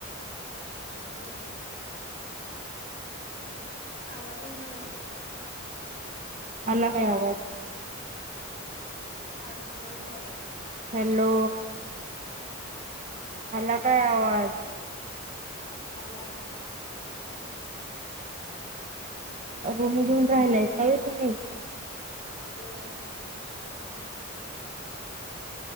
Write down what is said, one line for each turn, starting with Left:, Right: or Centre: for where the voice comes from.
Left: नाय व आवाज ज येना व्यवस्थित
Right: आलाय काय आवाज
Left: अडखळत यायला लागला
Right: हॅलो आला काय आवाज
Left: आला आला
Right: हम्म हम्म
Left: मग
Right: रूम घेऊन राहिलाय का तुम्ही
Left: होय
Right: हम्म हम्म.